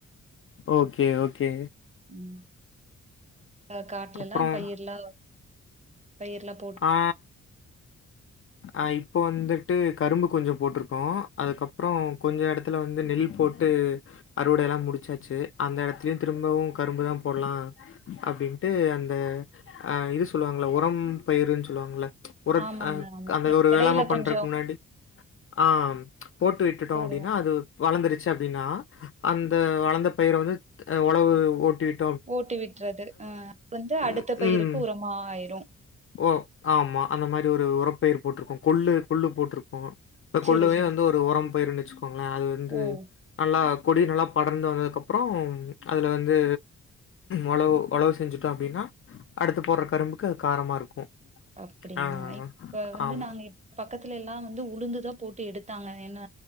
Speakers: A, on the left; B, on the right.
A: ஓகே ஓகே
B: ம் அ காட்ல்லாம்
A: அப்புறம்
B: பயிர்லாம் பயிர்லாம்
A: ஆ அ இப்போ வந்துட்டு கரும்பு கொஞ்சோ போட்டிருக்கோ அதுக்கப்றோ கொஞ்சோ எடத்துல வந்து நெல் போட் டு அறுவடை எல்லா முடிச்சாச்சு அந்த இடத்துலயும் திரும்பவும் கரும்பு தான் போடலா அப்டின்ட்டு அந்த இது சொல்லுவாங்கள உரம் பயிருன்னு சொல்லுவாங்கல உற
B: ஆமாங்க
A: அ
B: ஆமா
A: அந்த ஒரு
B: எடையில
A: வேளாம பண்றக்கு
B: கொஞ்சோ
A: முன்னாடி ஆம் போட்டு விட்டுட்டோம்
B: போடுவோ
A: அப்டின்னா அது வளந்துருச்சு அப்டின்னா அந்த வளந்த பயிர வந்து ஒழவு ஓட்டிவிட்
B: ஓட்டி விட்றது ஆ வந்து
A: ம்.
B: அடுத்த பயிருக்கு
A: ம்,
B: உரமா ஆயிரும்
A: ஓ ஆமா அந்த மாரி ஒரு உரப்பயிர் போட்டிருக்கோம் கொள்ளு கொள்ளு போட்ருபோம் இந்த
B: செரி
A: கொள்ளுவே
B: செரி
A: வந்து ஒரு ஒரம் பயிருன்னு வெச்சுக்கோங்களேன் அது வந்து
B: ஓ
A: நல்லா கொடி நல்லா படர்ந்து வந்ததுக்கப்றோம் அதில வந்து ஒளவு ஒளவு செஞ்சுட்டோம் அப்டின்னா அடுத்து போட்ற கரும்புக்கு அது காரமா இருக்கும்
B: அப்டின்ங்களா
A: ஆ
B: இப்ப வந்து
A: ஆமா.
B: நாங்க பக்கத்துல எல்லா வந்து உளுந்துதான் போட்டு எடுத்தாங்க என்ன